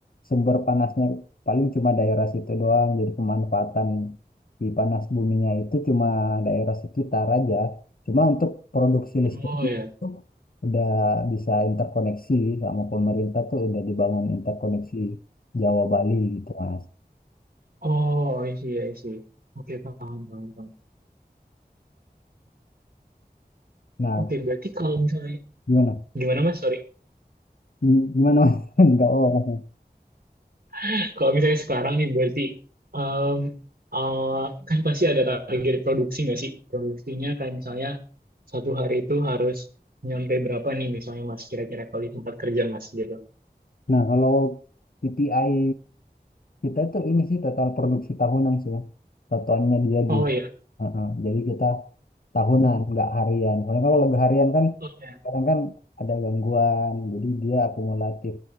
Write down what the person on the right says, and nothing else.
Oh ya.
Oh, I see, I see. Oke, paham, paham, paham.
Oke, berarti kalau misalnya
gimana Mas? Sorry.
<laughs> Kalau misalnya sekarang nih berarti em, eh, kan pasti ada target produksi nggak sih? Produksinya kayak misalnya satu hari itu harus nyampe berapa nih misalnya Mas kira-kira kalau di tempat kerja Mas gitu.
Oh
iya.
Oke,